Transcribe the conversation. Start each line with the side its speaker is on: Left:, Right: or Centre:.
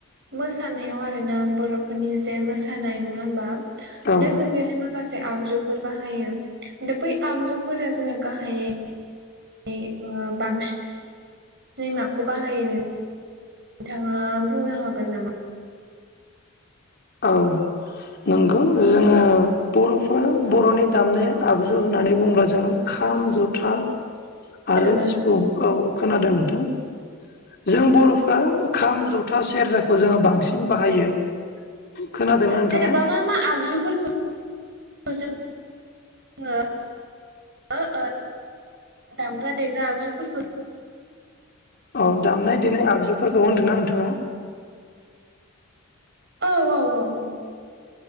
Right: मोसानायाव आरोना बर'फोरनि जे मोसानाय नङा होमबा।
Left: औ
Right: ना जों बेवहाय माखासे आगजुफोर बाहायो दा बै आगजु फोर जोङो गाहाइयै बांसिन माखौ बाहायोमोन। नोंथाङा बुंनो हागोन नामा?
Left: औ। नंगौ जोङो बर'फोरा बर'नि दामनाय आगजु होननानै बुङोब्ला जोङो खाम जथा
Right: खोनादोंना
Left: आरो सिफुं औ खोनादों नोंथां। जों बर'फ्रा खाम जथा सेरजाखौ जोङो बांसिन बाहायो। खोनादोंना
Right: औ
Left: नोंथाङा?
Right: जेनेबा मा मा आगजुफोरखौ <unintelligible> दामग्रा देग्रा आगजुफोरफोरखौ
Left: औ दामनाय देनाय आगजुफोरखौ होनदों ना नोंथाङा।
Right: औ औ औ औ।